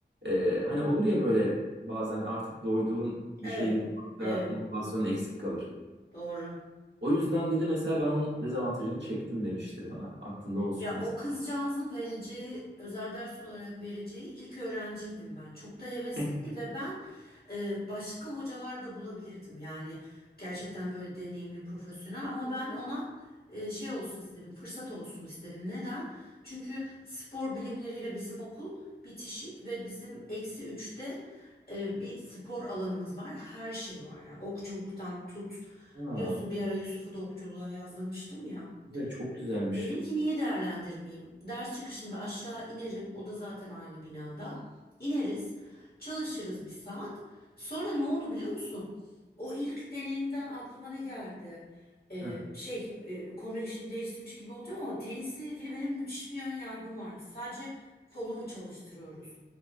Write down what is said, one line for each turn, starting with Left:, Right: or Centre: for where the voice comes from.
Right: e, hani olur ya böyle bazen artık doyduğun bir
Left: Evet,
Right: şeyi yapmakta
Left: evet,
Right: motivasyonun eksik kalır.
Left: doğru.
Right: O yüzden dedi mesela ben onun dezavantajını çektim demişti bana. Aklında olsun
Left: Ya
Right: mesela.
Left: o kızcağızın vereceği, özel ders olarak vereceği ilk öğrenciydim ben. Çok da hevesliydi
Right: <laughs>
Left: ve ben e, başka hocalar da bulabilirdim. Yani gerçekten böyle deneyimli, profesyonel ama ben ona e, şey olsun istedim, fırsat olsun istedim. Neden? Çünkü spor bilimleriyle bizim okul bitişik ve bizim eksi üçte e, bir spor alanımız var. Her şey var ya. Okçuluktan tut.
Right: Ya,
Left: Biliyorsun bir ara Yusuf'u da okçuluğa yazdırmıştım ya.
Right: evet çok güzelmiş.
Left: Dedim ki niye değerlendirmeyeyim? Ders çıkışında aşağı inerim. O da zaten aynı binada. İneriz, çalışırız bir saat. Sonra ne oldu biliyor musun? O ilk deneyimden aklıma ne geldi? Ee,
Right: Heh.
Left: şey, e, konuyu şimdi değiştirmiş gibi olacağım ama tenisle ilgili benim müthiş bir ön yargım vardı. Sadece kolumu çalıştırıyoruz.